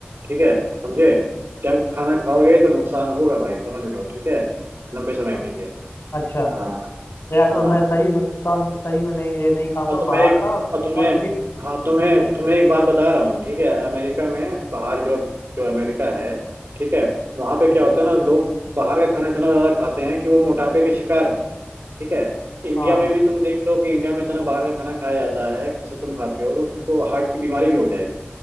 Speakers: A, on the right; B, on the left.
A: ठीक है समझे जंक खाना खाओगे तो नुकसान होगा भाई समझ लो ठीक है लंबे समय
B: हाँ,
A: के लिए
B: अच्छा
A: हाँ
B: यार तो
A: हाँ
B: मैं सही में सब सही में नहीं ये नहीं खाऊंगा
A: और तुम्हें
B: बाहर
A: एक
B: का और,
A: और तुम्हें
B: और ठीक
A: हाँ तुम्हें तुम्हें एक बात बता रहा हूँ ठीक है अमेरिका में बाहर जो जो अमेरिका है ठीक है वहाँ पे
B: हम्म,
A: क्या होता है ना लोग बाहर का खाना इतना ज़्यादा खाते हैं कि वो मोटापे के शिकार हैं ठीक है इंडिया
B: हाँ
A: में भी तुम देख लो कि इंडिया में इतना बाहर का खाना खाया जाता है कि जैसे तुम खाते हो तो तुमको हार्ट की बीमारी भी हो जाएगी